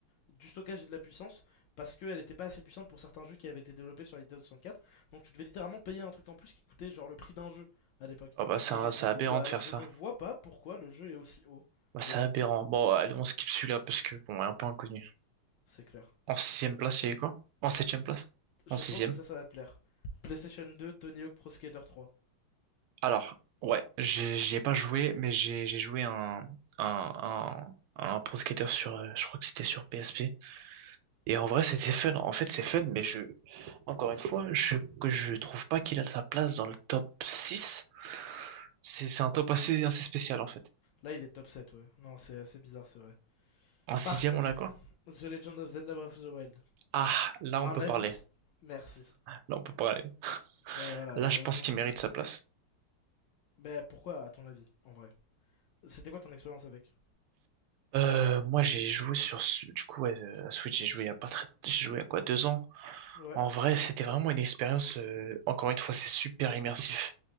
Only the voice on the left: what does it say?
Du stockage et de la puissance, parce qu'elle n'était pas assez puissante pour certains jeux qui avaient été développés sur la Nintendo 64. Donc, tu devais littéralement payer un truc en plus qui coûtait genre le prix d'un jeu à l'époque.
Et
du
coup, bah,
je
ne vois pas pourquoi le jeu est aussi haut.
Mais bon,
c'est clair.
Je
pense que ça, ça va te plaire. PlayStation 2, Tony Hawk Pro Skater 3.
Là, il est top 7, ouais. Non, c'est assez bizarre, c'est vrai.
Par contre,
The Legend of Zelda Breath of the Wild.
Un
avis
Merci.
Ouais, voilà,
là,
ouais,
pour
le coup.
Mais pourquoi, à ton avis, en vrai C'était quoi ton expérience avec
Ouais,